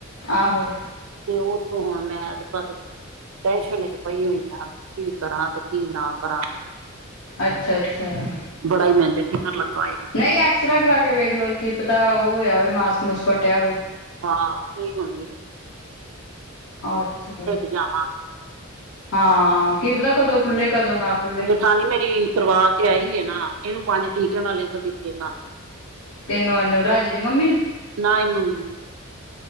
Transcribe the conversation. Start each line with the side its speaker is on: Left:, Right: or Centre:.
Left: ਆਹੋ
Right: ਤੇ ਉਥੋ ਹੁਣ ਮੈਂ, ਤੇ ਬਸ ਟੈਸ਼ਨ ਇਚ ਪਈ ਹੋਈ ਆਂ, ਵੀ ਕੀ ਕਰਾਂ ਤੇ ਕੀ ਨਾ ਕਰਾਂ।
Left: ਅੱਛਾ-ਅੱਛਾ
Right: ਬੜਾ ਈ ਮੈਨੂੰ ਤੇ, ਫਿਕਰ ਲੱਗਾ ਏ।
Left: ਨਹੀਂ ਐਕਸਰਾ ਕਰਾਕੇ ਵੇਖਲੋ, ਕਿ ਪਤਾ ਉਹ ਹੋਇਆ ਹੋਵੇ ਮਾਸ-ਮੂਸ ਫੱਟਿਆ ਹੋਵੇ।
Right: ਹਾਂ, ਇਹੀ ਹੁਣ ਵੀ
Left: ਅੱਛਾ,
Right: ਜਾਵਾਂ
Left: ਹਾਂ, ਕੀ ਪਤਾ ਕਦੋਂ ਖੁੱਲੇ ਕਦੋਂ ਨਾ ਖੁੱਲੇ।
Right: ਜਠਾਣੀ ਮੇਰੀ ਕਰਵਾਕੇ ਆਈਏ ਨਾ, ਇਹਨੂੰ ਪੰਜ ਟੀਕੇ ਉਹਨਾਂ ਲਿਖ ਦਿੱਤੇ ਸਨ।
Left: ਕਿੰਨੁ ਨਵਰਾਜ ਦੀ ਮੰਮੀ ਨੂੰ?
Right: ਨਾ ਇਹਨੂੰ,